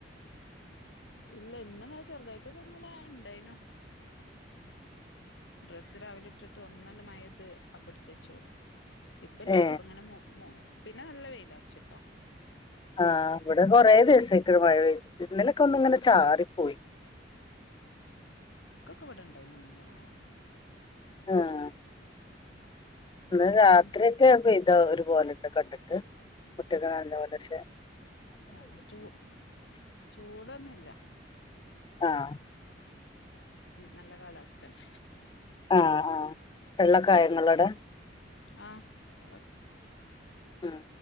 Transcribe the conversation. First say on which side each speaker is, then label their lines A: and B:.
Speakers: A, on the left (about 75°); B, on the left (about 25°).
A: ഇല്ല ഇന്ന്ങ്ങനെ ചെറുതായിട്ടൊക്കെ ഇങ്ങനെ ഇണ്ടായിനു ഡ്രെസ്സ് രാവിലെ ഇട്ടിട്ട് ഒന്നണ്ട് മയത് അപ്പടുത്ത വച്ചു ഇപ്പ ഇല്ല
B: ഏ
A: അപ്പൊ ഇങ്ങനെമു മു പിന്നെ നല്ല വെയിൽ അറച്ചുട്ടോ
B: ആഹ് അവിടെ കൊറെേ ദിവസക്ക് ണ് ഇന്നലൊക്കെ ഒന്ന് ഇങ്ങനെ ചാറി പോയി
A: ഇവിടെണ്ടായിനോ അങ്ങനത മഴ
B: ആഹ ഇന്ന് രാത്രിയെറ്റ
A: ഉം
B: പൈത ഒരു പോലെ ഉണ്ട് കണ്ടിട്ട് കുട്ടികക്ക്നല്ല പോലെഷേ
A: ആഹ ചൂ ചൂടോന്നുല്ല
B: ആഹ്
A: നല്ല കാലാവസ്ഥണ്
B: ആ വെള്ളക്കായങ്ങളുടെ
A: ആഹ്
B: ഉം